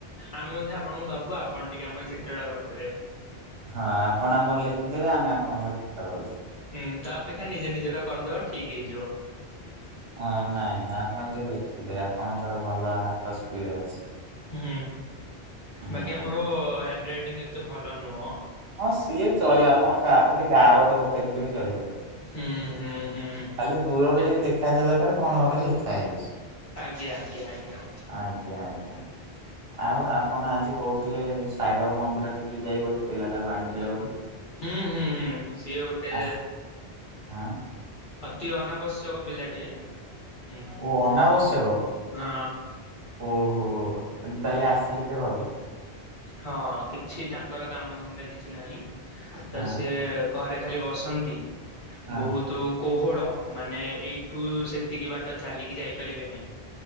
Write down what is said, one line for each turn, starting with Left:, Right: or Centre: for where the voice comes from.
Left: ଆମେ ମଧ୍ୟ ଆପଣଙ୍କୁ ଦବୁ ଆପଣ ଟିକେ ଆମର ଚିତ୍ରଟା କରିଦେବେ।
Right: ହଁ ଆପଣ ଆମର ଲେଖିଦେବେ ଆମେ ଆପଣଙ୍କର ଚିତ୍ର କରିଦବୁ।
Left: ହୁଁ ତା ଅପେକ୍ଷା ନିଜେ ନିଜର କରିଦବ ଠିକ୍ ହେଇଯିବ।
Right: ଅଁ ନାଇ ନା ଆପଣ ତ ଲେଖିବେ ଆପଣଙ୍କର ଭଲ ହାତ ସ୍ପିଡ୍ ଅଛି।
Left: ହୁଁ
Right: ହଁ
Left: ବାଗି ଆମର ହ୍ୟାଣ୍ଡରାଇଟିଂ ଏତେ ଭଲ ନୁଅଁ।
Right: ହଁ ସିଏ ଚଳିବ। ଆପଣ ଗା ଖାଲି ଗାର ଗୋଟେ ପକେଇଦେଲେ ବି ଚଳିବ।
Left: ହୁଁ ହୁଁ ହୁଁ। ହୁଁ।
Right: ଖାଲି ଦୂରରୁ ଯେନ୍ତି ଦେଖାଯିବା ଦରକାର କଣ ଗୋଟେ ଲେଖା ହେଇଛି।
Left: ଆଜ୍ଞା ଆଜ୍ଞା ଆଜ୍ଞା।
Right: ଆଜ୍ଞା ଆଜ୍ଞା। ଆଉ ଆପଣ ଆଜି କଉଥୁଲେ ସାଇବାବା ମନ୍ଦିରିଠିକି ଯାଇ ଗୋଟେ ପିଲାଟାକୁ ଆଣିଥିଲେ ବୋଲି।
Left: ହୁଁ ହୁଁ ହୁଁ ସିଏ ଗୋଟେ
Right: ଆସ୍ ହଁ
Left: ଅତି ଅନାବଶ୍ୟକ ପିଲାଟିଏ ହୁଁ ହଁ।
Right: ଓ ଅନାବଶ୍ୟକ ଓହୋ ଆଜି ତାହେଲେ
Left: ହୁଁ।
Right: ଆସିଲେ ସେ ଘରୁକୁ।
Left: ହଁ କିଛି ତାଙ୍କର କାମଧନ୍ଦା କିଛି ନାହିଁ ତ
Right: ହଁ
Left: ସିଏ ଘରେ ଖାଲି ବସନ୍ତି।
Right: ହଁ
Left: ବୋହୁତୁ କୋହଳ ମାନେ ଏଇଠୁ ସେତିକି ବାଟ ଚାଲିକି ଯାଇପାରିବେ ନାହିଁ।